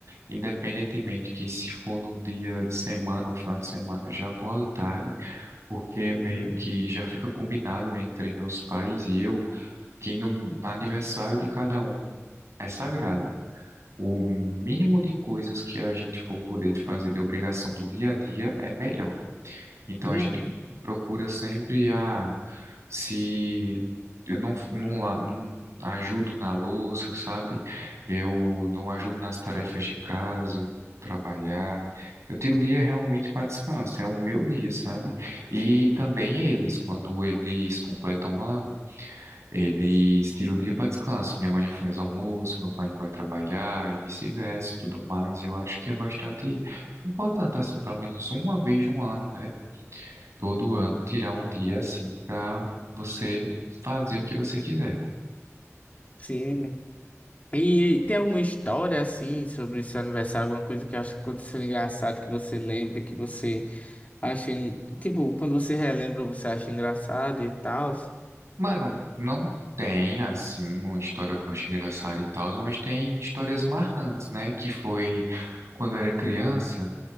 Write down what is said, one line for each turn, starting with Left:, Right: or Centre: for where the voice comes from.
Right: Independentemente que se for no dia de semana ou final de semana, já acordo tarde porque
Left: Uhum.
Right: meio que já fica combinado entre meus pais e eu que no, no aniversário de cada um é sagrado. O mínimo de coisas que a gente for poder fazer de obrigação do dia a dia é melhor. Então
Left: Uhum.
Right: a gente procura sempre a se eu não, não, la- não ajudo na louça, sabe? Eu não ajudo nas tarefas de casa, eu não vou trabalhar. Eu tiro o dia realmente para descanso, é o meu dia, sabe? E também eles, quando eles completam o ano, eles tiram o dia para descanso. Minha mãe não faz almoço, meu pai não vai trabalhar e vice-versa, e tudo mais. Eu acho que é bastante importante, assim, pelo menos uma vez no ano, né? todo ano tirar um dia assim pra você fazer o que você quiser.
Left: Sim. E tem alguma história assim sobre seu aniversário, alguma coisa que acha que aconteceu engraçado que você lembra, que você acha, en- tipo, quando você relembra, você acha engraçado e tal,
Right: Mano, não tem assim uma história que eu acho engraçada e tal, mas tem histórias marcantes, né? Que foi quando eu era criança,